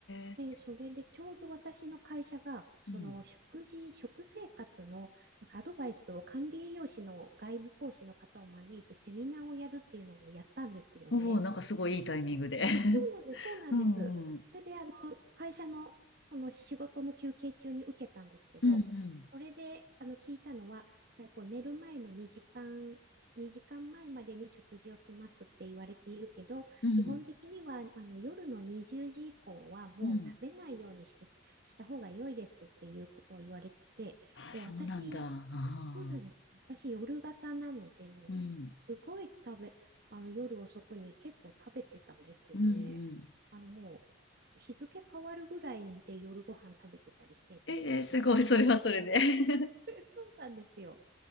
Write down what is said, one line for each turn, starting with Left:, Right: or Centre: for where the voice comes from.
Left: え、
Right: で、それでちょうど私の会社が、その食事、
Left: うん。
Right: 食生活のなんかアドバイスを管理栄養士の外部講師の方を招いてセミナーをやるっていうのをやったんですよね。
Left: おお、なんかすごいいいタイミングで。
Right: そうなんです、そうなんです。
Left: うんうん。
Right: それで、あの、会社の、その仕事の休憩中に受けたんですけど、
Left: うんうん。
Right: それで、あの、聞いたのは、やっぱりこう寝る前の2時間、2時間前まえまでに食事を済ますって言われているけど、
Left: うん。
Right: 基本的には、あの、夜の20時以降はもう食べないようにして、
Left: うん。
Right: した方が良いですっていうことを言われてて、
Left: あ、
Right: で、
Left: そうなんだ。
Right: 私、
Left: ああ。
Right: そうなんです。私、夜型なので、もう、
Left: うん。
Right: すごい食べ、あの、夜遅くに結構食べてたんですよね。
Left: うんうん。
Right: あの、もう、日付変わるぐらいで夜ご飯食べてたりしてたんですよ。
Left: ええ、すごい、それはそれで。<laughs>
Right: <laughs> そうなんですよ。